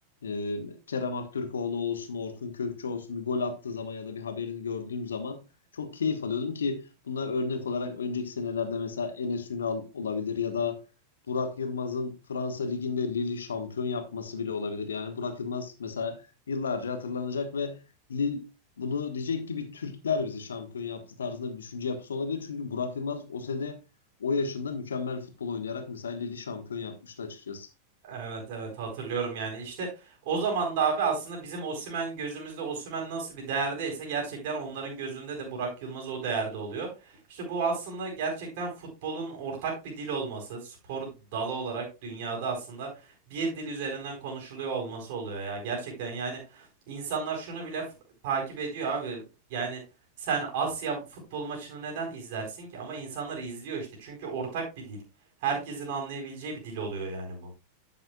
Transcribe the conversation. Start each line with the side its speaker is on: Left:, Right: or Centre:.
Left: e, Kerem Aktürkoğlu olsun, Orkun Kökçü olsun bir gol attığı zaman ya da bir haberini gördüğüm zaman çok keyif alıyordum ki bunlar örnek olarak önceki senelerde mesela Enes Ünal olabilir ya da Burak Yılmaz'ın Fransa Ligi'nde Lille şampiyon yapması bile olabilir. Yani Burak Yılmaz mesela yıllarca hatırlanacak ve Lille bunu diyecek gibi Türkler bizi şampiyon yaptı tarzında bir düşünce yapısı olabilir. Çünkü Burak Yılmaz o sene o yaşında mükemmel futbol oynayarak mesela Lille'i şampiyon yapmıştı açıkçası.
Right: Evet evet hatırlıyorum yani işte o zaman da abi aslında bizim Osimhen gözümüzde Osimhen nasıl bir değerdeyse gerçekten onların gözünde de Burak Yılmaz o değerde oluyor. İşte bu aslında gerçekten futbolun ortak bir dil olması, spor dalı olarak dünyada aslında bir dil üzerinden konuşuluyor olması oluyor ya. Gerçekten yani insanlar şunu bile f- takip ediyor abi. Yani sen Asya futbol maçını neden izlersin ki? Ama insanlar izliyor işte çünkü ortak bir dil. Herkesin anlayabileceği bir dil oluyor yani bu.